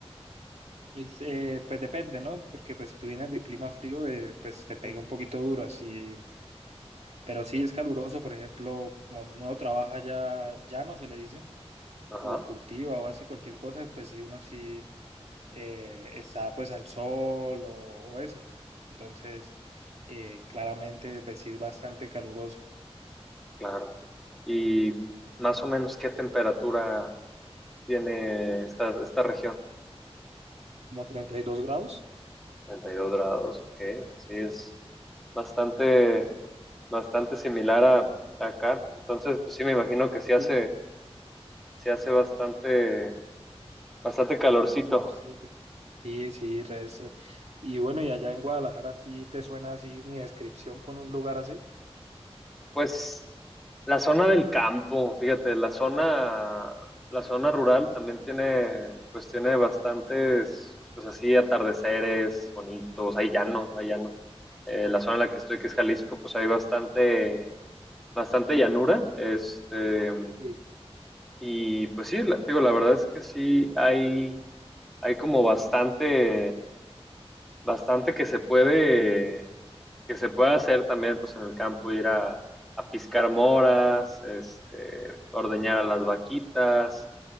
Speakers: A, on the right (about 85°); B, in the centre.
A: Es, eh, pues depende, ¿no? Porque pues si tú vienes de clima frío, eh, pues te pega
B: Ujú.
A: un poquito duro, así Pero sí es caluroso, por ejemplo, como uno trabaja ya llano, se le dice,
B: Ajá,
A: o cultiva o hace cualquier cosa, pues sí uno sí eh, está pues al sol o, o eso. Entonces, eh, claramente, pues sí es bastante caluroso.
B: claro. ¿Y más o menos qué temperatura tiene esta, esta región?
A: Como 32 grados.
B: treinta y dos grados, ok. Sí, es bastante, bastante similar a, a acá. Entonces, pues sí, me imagino que sí hace,
A: Sí,
B: sí hace bastante, bastante calorcito.
A: calorcito. Sí, sí, resta. Y bueno, y allá en Guadalajara sí te suena así mi descripción con un lugar así.
B: Pues la zona del campo, fíjate, la zona, la zona rural también tiene, pues tiene bastantes, pues así, atardeceres bonitos, hay llano, hay llano. Eh, la zona en la que estoy, que es Jalisco, pues hay bastante, bastante llanura, este,
A: Sí.
B: y pues sí, la- digo, la verdad es que sí, hay, hay como bastante, bastante que se puede que se puede hacer también pues en el campo, ir a, a piscar moras, este, ordeñar a las vaquitas.